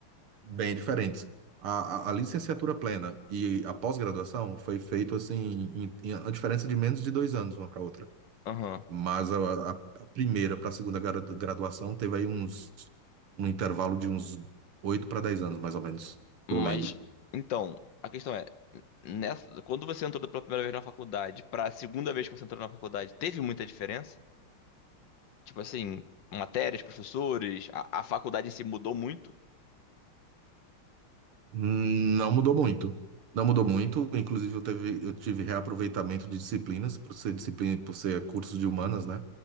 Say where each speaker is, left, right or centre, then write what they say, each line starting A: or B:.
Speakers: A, on the right; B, on the left.
A: bem diferentes. A, a, a licenciatura plena e a pós-graduação foi feito assim, em, em a diferença de menos de dois anos uma para outra.
B: Aham.
A: Mas a, a a primeira para a segunda gra- graduação teve aí uns um intervalo de uns oito para dez anos, mais ou menos, que
B: Mas,
A: eu lembro.
B: então, a questão é nessa, quando você entrou pela primeira vez na faculdade para a segunda vez que você entrou na faculdade, teve muita diferença? Tipo assim, matérias, professores, a, a faculdade em si mudou muito?
A: Não mudou muito. Não mudou muito. Inclusive, eu teve, eu tive reaproveitamento de disciplinas, por ser disciplina, por ser curso de humanas, né?